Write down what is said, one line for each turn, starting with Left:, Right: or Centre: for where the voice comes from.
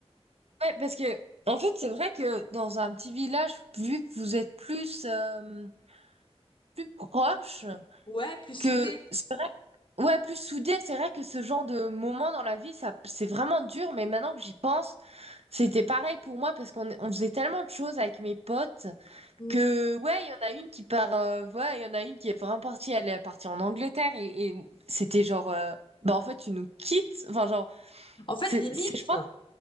Right: Ouais, parce que en fait, c'est vrai que dans un petit village, vu que vous êtes plus euh, plus proche
Left: Ouais, plus
Right: que
Left: soudé.
Right: c'est vrai ouais plus soudé c'est vrai que ce genre de moment dans la vie ça c'est vraiment dur mais maintenant que j'y pense c'était pareil pour moi parce qu'on on faisait tellement de choses avec mes potes
Left: Mm.
Right: que ouais il y en a une qui part euh, ouais il y en a une qui est vraiment partie elle est partie en Angleterre et, et c'était genre euh, bah en fait tu nous quittes enfin genre
Left: En fait,
Right: c'est
Left: limite,
Right: c'est je pense